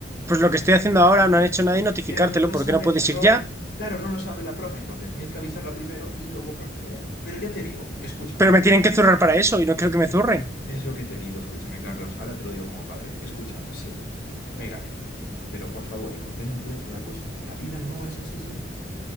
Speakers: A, on the right (about 15°); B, on the left (about 55°).
A: pues lo que estoy haciendo ahora no han hecho nada y notificártelo,
B: Pero no lo
A: porque
B: sabe
A: no puedes
B: la profe.
A: ir ya,
B: Claro, no lo sabe la profe, entonces tienes que avisarla primero y luego procederemos. Pero ya te digo, escúchame.
A: pero me tienen que zurrar para eso y no quiero que me zurren.
B: Es lo que te digo, escúchame, Carlos. Ahora te lo digo como padre. Escucha, sí, pégale. Pero por favor, hijo, ten en cuenta una cosa. La vida no es así siempre.